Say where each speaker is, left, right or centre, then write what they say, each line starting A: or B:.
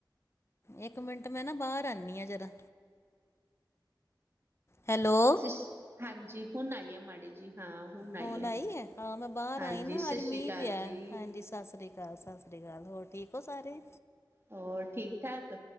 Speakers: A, on the left; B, on the right.
A: ਇੱਕ ਮਿੰਟ ਮੈਂ ਨਾ ਬਾਹਰ ਆਨੀਂ ਆ ਜਰਾ ਹੈਲੋ
B: ਸਿਸ ਹਾਂਜੀ ਹੁਨ ਆਈ ਏ ਮਾੜੀ ਜੀ ਹਾਂ ਹੁਣ
A: ਹੂਨ
B: ਹੈ।
A: ਆਈ ਏ, ਹਾਂ ਮੈਂ ਬਾਹਰ
B: ਹਾਂਜੀ
A: ਆਈ ਨਾ
B: ਸਤਿ
A: ਅੱਜ
B: ਸ੍ਰੀ
A: ਮੀਂਹ
B: ਅਕਾਲ
A: ਪਿਆ
B: ਜੀ,
A: ਹਾਂਜੀ ਸਸਰੀ ਅਕਾਲ, ਸਸਰੀ ਅਕਾਲ ਹੋਰ ਠੀਕ ਓ ਸਾਰੇ
B: ਹੋਰ ਠੀਕ- ਠਾਕ